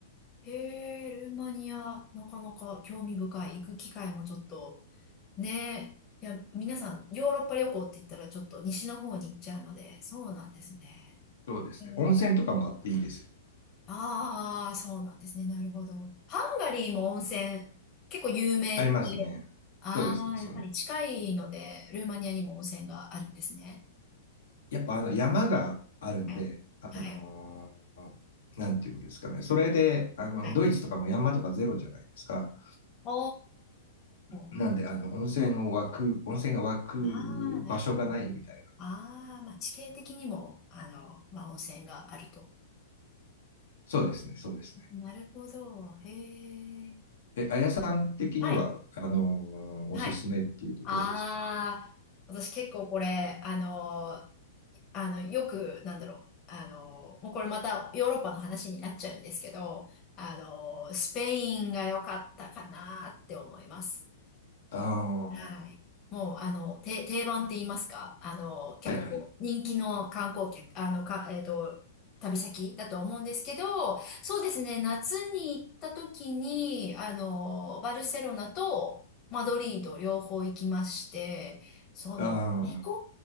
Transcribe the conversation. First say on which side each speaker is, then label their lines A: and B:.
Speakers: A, on the left; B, on the left.
A: へえ、ルーマニア、なかなか興味深い。行く機会もちょっと、ねえ。いや、皆さん、ヨーロッパ旅行って言ったらちょっと西の方に行っちゃうので、そうなんですね。
B: そうですね。
A: へえ。
B: 温泉とかもあっていいですよ。
A: ああ、そうなんですね。なるほど。ハンガリーも温泉、結構有名って、
B: ありますね。
A: ああ、
B: そうですね。その
A: やっぱり近いので、ルーマニアにも温泉があるんですね。
B: やっぱあの山があるんで、
A: はい。
B: あの
A: はい。
B: ーなんていうんですかね。それで、あの、
A: はい。
B: ドイツとかも山とかゼロじゃないですか。
A: お
B: なんで、
A: ー。
B: あの、温泉を湧く、温泉が湧く場所がないみたいな。
A: ああ、なるほど。ああ、まあ、地形的にも、あの、まあ、温泉があると。
B: そうですね、そうですね。
A: なるほど。へえ。
B: え、あやさん的には、
A: はい。
B: あのーおすすめっていうとどうですかね。
A: はい。ああ、私結構これ、あの、あの、よく、なんだろう。あの、もうこれまたヨーロッパの話になっちゃうんですけど、あの、スペインが良かったかなって思います。
B: ああ、は
A: はい。もう、あの、て、定番って言いますか、あの、結構こう、
B: いはい。
A: 人気の観光客、あの、か、えっと、旅先だとは思うんですけど、そうですね、夏に行った時に、あの、バルセロナとマドリード両方行きまして、その、
B: ああ、
A: 気候